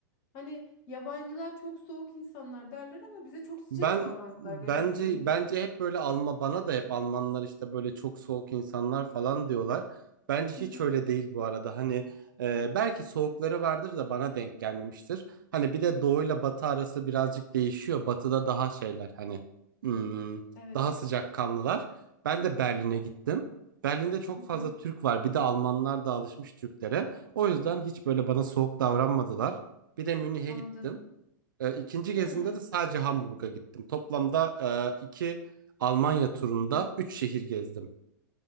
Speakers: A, on the left (about 45°); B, on the right (about 75°).
A: Hani yabancılar çok soğuk insanlar derler ama bize çok sıcak
B: Ben
A: davrandılar
B: bence
A: garip bir şekilde.
B: bence hep böyle Alman bana da hep Almanlar işte böyle çok soğuk insanlar falan diyorlar. Bence hiç
A: Hı hı,
B: öyle değil bu arada. Hani e, belki soğukları vardır da bana denk gelmemiştir. Hani bir de doğuyla batı arası birazcık değişiyor. Batıda daha şeyler hani hmm,
A: evet.
B: daha sıcakkanlılar. Ben de Berlin'e gittim. Berlin'de çok
A: Hı hı,
B: fazla Türk var. Bir de Almanlar da alışmış Türklere. O yüzden hiç böyle bana soğuk davranmadılar. Bir de Münih'e
A: anladım.
B: gittim. E, ikinci gezimde
A: Hmm.
B: de sadece Hamburg'a gittim. Toplamda e, iki Almanya turunda üç şehir gezdim.